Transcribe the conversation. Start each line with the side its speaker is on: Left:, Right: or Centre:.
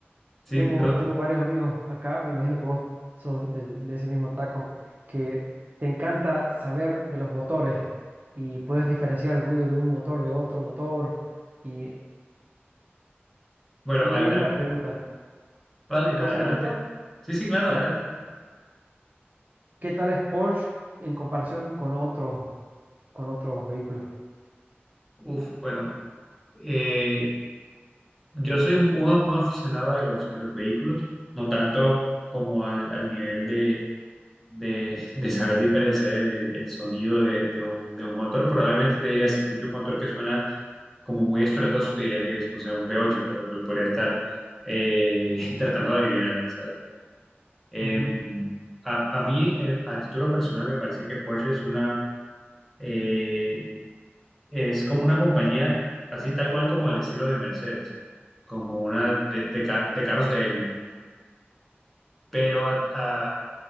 Centre: Sí,
Right: tengo,
Centre: no,
Right: tengo varios amigos acá, me imagino que vos sos del- de, ese mismo taco, que te encanta saber de los motores y puedes diferenciar el ruido de un motor de otro motor. Y,
Centre: bueno,
Right: y ahí viene
Centre: al- al-
Right: una pregunta.
Centre: vale,
Right: ¿Te paso
Centre: a- adelante.
Right: una pregunta?
Centre: Sí, sí, claro,
Right: Ya.
Centre: adelante.
Right: ¿Qué tal es Porsche en comparación con otros? con otros vehículos.
Centre: Uf, bueno, eh, yo soy muy, muy aficionado de los, de los vehículos, no tanto como al, al nivel de, de, <laughs> de saber diferenciar el, el- el sonido de, de un, de un motor. Probablemente te diría, si escucho un motor que suena como muy estruendoso, te diría que es, no sé, un v ocho pero lo podría estar eh, <laughs> tratando de adivinar, ¿sabes? Em,
Right: Ujú.
Centre: a, a mí, eh, a título personal, me parece que Porsche es una... eh, Es como una compañía, así tal cual como el estilo de Mercedes, como una de, de ca- de carros de élite. Pero a- a-